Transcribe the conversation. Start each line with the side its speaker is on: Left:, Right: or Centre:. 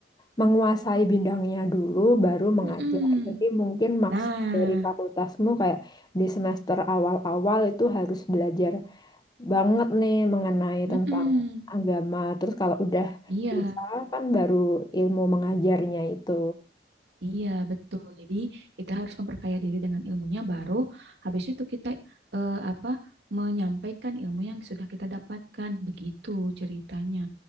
Left: menguasai bidangnya dulu, baru mengajar.
Right: Mm-mm.
Left: Jadi mungkin maksud
Right: Nah,
Left: dari fakultasmu kayak di semester awal-awal itu harus belajar banget nih mengenai
Right: mm-mm.
Left: tentang agama. Terus kalau udah
Right: Iya.
Left: bisa kan baru ilmu mengajarnya itu.
Right: Iya, betul. Jadi kita harus memperkaya diri dengan ilmunya baru habis itu kita eh, apa menyampaikan ilmu yang sudah kita dapatkan. Begitu ceritanya.